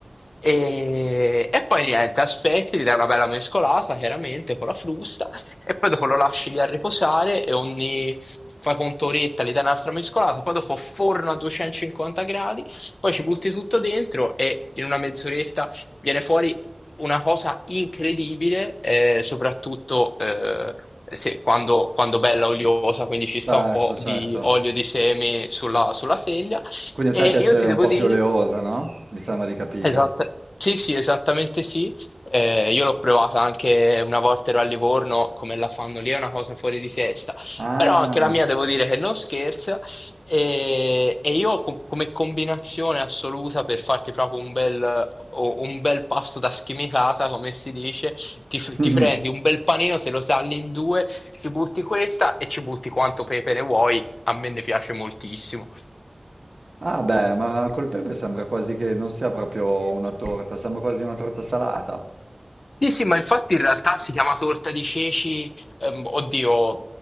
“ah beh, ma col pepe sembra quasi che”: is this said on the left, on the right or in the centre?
Right